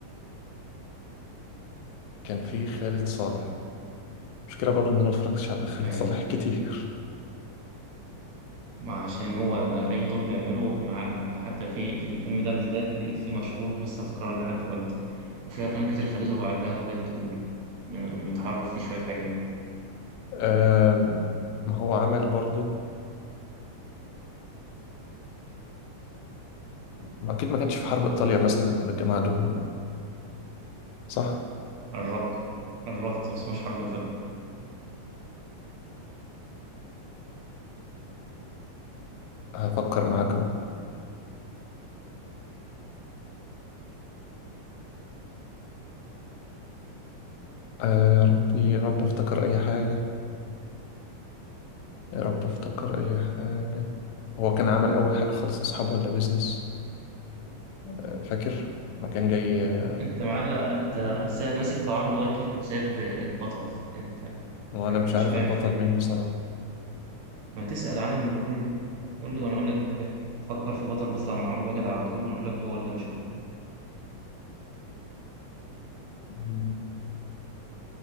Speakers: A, on the left (about 85°); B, on the right (about 65°).
A: كان في خالد صالح مشكله برضو ان انا ما اتفرجتش على خالد
B: أيوه
A: صالح
B: كان
A: كتير
B: ما عشان هو ده أي دور بيعمله معلم ده حتى في في الفيلم ده بالذات لقيت فيه مشهور لسه أذكره لحد دلوقتي وفي أفلام كتير خدته بعدها بدأت تقوله من- بيتعرف فيه شوية حاجات
A: أم... ما هو عمل برضو ما اكيد ما كانش في حرب ايطاليا مثلا ولا الجماعه دول ولا صح
B: قربت قربت بس مش حرب إيطاليا
A: هفكر معاك اهو آه يا ربي يا رب افتكر اي حاجه يا رب افتكر اي حاجه هو كان عمل اول حاجه خالص اصحابه ولا بيزنس آه فاكر ما كان جاي آه،
B: انت معلق انت سايب ماسك في عمرو واكد وسايب البطل انت
A: وانا
B: انا
A: مش
B: مش
A: عارف
B: فاهم
A: البطل
B: في ايه
A: مين بصراحه
B: ما تسأل عنه وقول قول لي وانا اقول لك اجابات فكر في بطل بيطلع مع عمرو واكد على طول وانا اقول لك هو ولا مش هو
A: مم.